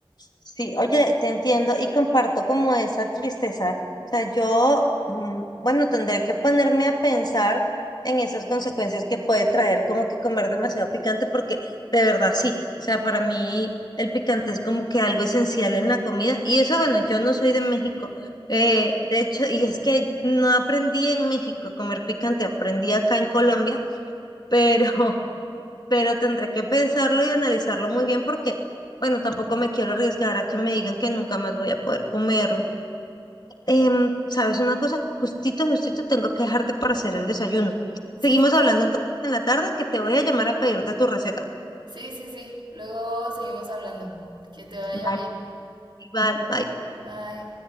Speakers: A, on the left (about 50°); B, on the right (about 60°).
A: Sí, oye, te entiendo y comparto como esa tristeza. O sea, yo, mm, bueno, tendré que ponerme a pensar en esas consecuencias que puede traer como que comer demasiado picante, porque de verdad sí. O sea, para mí el picante es como que algo esencial en la comida. Y eso, bueno, yo no soy de México. eh, de hecho, y es que no aprendí en México a comer picante, aprendí acá en Colombia, pero <laughs> pero tendré que pensarlo y analizarlo muy bien porque, bueno, tampoco me quiero arriesgar a que me digan que nunca más voy a poder comerlo. Em, ¿sabes una cosa? Justito, justito tengo que dejarte para hacer el desayuno.
B: Sí,
A: Seguimos
B: sí, sí.
A: hablando entonces en la tarde que te voy a llamar a pedirte tu receta.
B: Sí, sí, sí. Luego seguimos hablando. Que te vaya
A: vale
B: bien.
A: Igual, bye.
B: Bye.